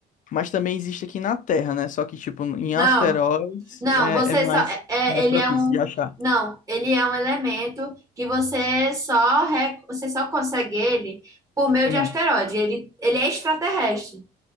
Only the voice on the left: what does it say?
Mas também existe aqui na Terra, né? Só que, tipo, em
asteroides
é,
é mais,
mais
propício
de achar.
Hum,